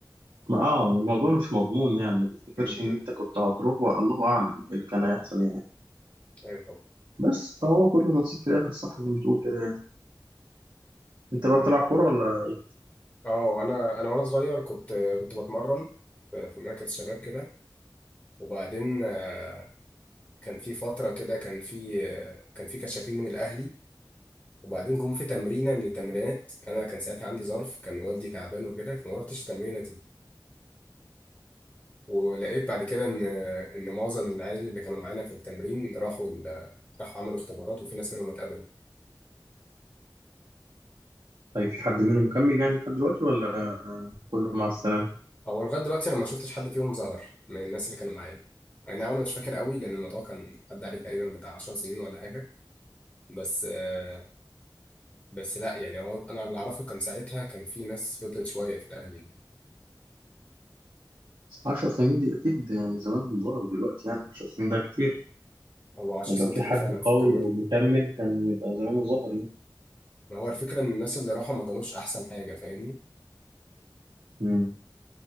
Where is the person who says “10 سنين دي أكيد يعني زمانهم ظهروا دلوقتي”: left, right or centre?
Right